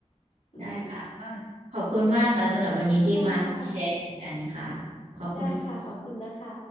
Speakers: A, on the left (about 75°); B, on the right (about 80°).
A: อืม
B: ได้ค่ะก็ขอบคุณมากนะคะสำหรับวันนี้ที่มาแชร์กันค่ะ
A: ค่ะ
B: ขอบคุณค่ะ
A: ได้ค่ะขอบคุณนะคะ